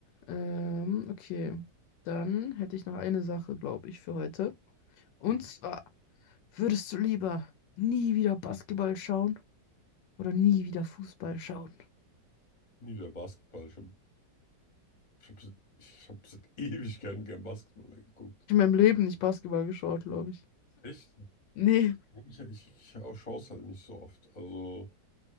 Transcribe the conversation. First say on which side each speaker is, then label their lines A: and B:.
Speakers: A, on the left; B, on the left.
A: Ähm, okay. Dann hätte ich noch eine Sache, glaube ich, für heute. Und
B: Hm.
A: zwar, würdest du lieber nie wieder Basketball schauen oder nie wieder Fußball schauen?
B: Nie wieder Basketball. Ich habe ich hab, ich hab seit <laughs> Ewigkeiten kein Basketball mehr geguckt.
A: Ich habe in meinem Leben nicht Basketball geschaut, glaube ich.
B: Echt?
A: Nee,
B: Ja, Ich, ich, ich auch schaue es halt nicht so oft. Also,